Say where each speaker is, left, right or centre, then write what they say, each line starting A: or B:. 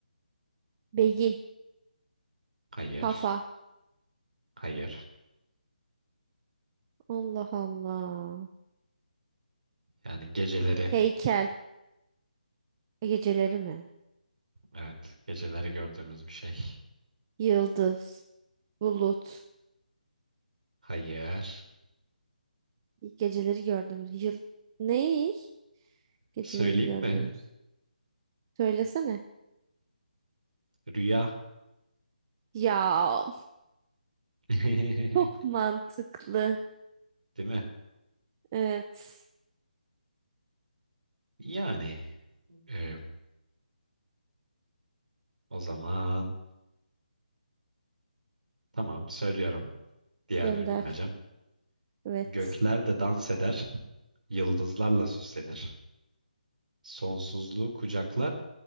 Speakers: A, on the right (about 25°); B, on the right (about 65°).
A: Beyin.
B: Hayır.
A: Kafa.
B: Hayır.
A: Allah Allah.
B: Yani geceleri,
A: Heykel. E, Geceleri mi?
B: evet, geceleri gördüğümüz bir şey.
A: Yıldız. Bulut.
B: Hayır.
A: Geceleri gördüğümüz yıl. Ne? Geceleri
B: Söyleyeyim
A: gördüğümüz.
B: mi?
A: Söylesene.
B: Rüya.
A: Ya
B: <laughs>
A: çok mantıklı.
B: Değil mi?
A: Evet.
B: Yani e, o zaman tamam söylüyorum. Diğer
A: Gönder.
B: bir bilmecem.
A: Evet.
B: Gökler de dans eder, yıldızlarla süslenir. Sonsuzluğu kucaklar